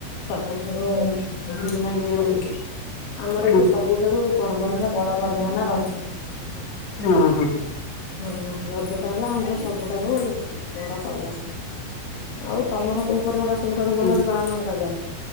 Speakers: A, on the left; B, on the left.
A: ସବୁଠାରୁ ଭଲଲାଗେ ରହିଛି ଆମର
B: ହୁଁ
A: ଏଇଠି ସବୁଠାରୁ ପର୍ବ ହେଲା ବଡ ପର୍ବ ହେଲା ରଜ।
B: ହଁ ହଁ।
A: ହଁ ରଜ ଟା ହେଲା ଆମର ସବୁଠାରୁ ବଡ ପର୍ବ ଆଉ ତମର କୋଉ ପର୍ବଟା ସବୁଠାରୁ
B: ହୁଁ।
A: ଭଲରେ ପାଳନ କରାଯାଏ।